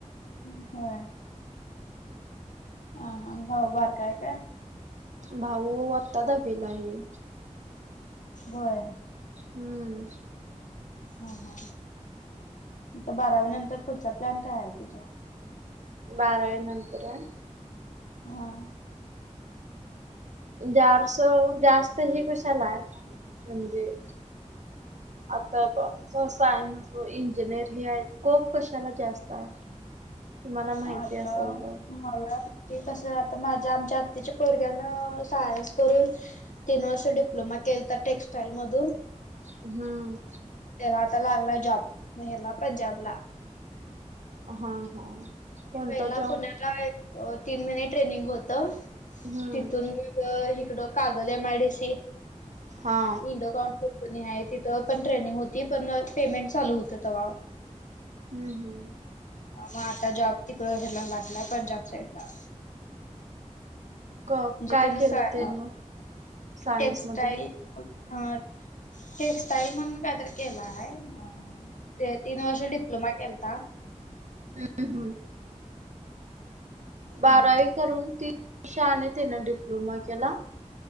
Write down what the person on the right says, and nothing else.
भाऊ, आत्ता दहावीला आहे.
हम्म.
बारावी नंतर होय
जारसव, जास्त हे कशाला आहे म्हणजे आता जस सायन्स, इंजिनिअर हे आहेत. स्कोप कशाला जास्त आहे? तुम्हाला माहिती
असेल तर
हम्म.
हा. हा. कोणता
जॉब
हम्म
हा
हम्म हम्म.
क
काय
केलं त्यान सायन्स
मधून
हम्म हम्म. बारावी
करून, तीन वर्ष आणि त्यानं डिप्लोमा केला